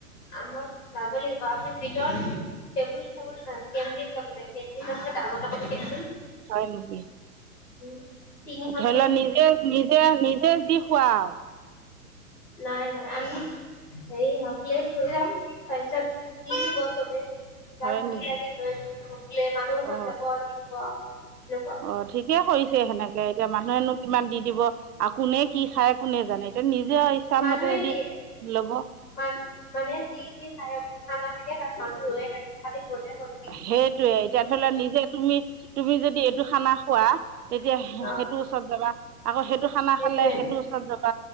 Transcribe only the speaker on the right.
হয় নেকি?
ধৰি
লা নিজে নিজে নিজে যি খোৱা আও।
হয়
নেকি
অ
অ' ঠিকে কৰিছে সেনেকে, এতিয়া মানুহেনো কিমান দি দিব। আ কোনে কি খায় কোনে জানে, এতিয়া নিজে ইচ্ছামতে
দি
ল'ব
সেইটয়ে, এতিয়া ধৰি ল নিজে তুমি, তুমি যদি এইটো খানা খোৱা তেতিয়া
সেইটো ওচৰত যাবা আকৌ সেইটো খানা
খালে সেইটো চত যাব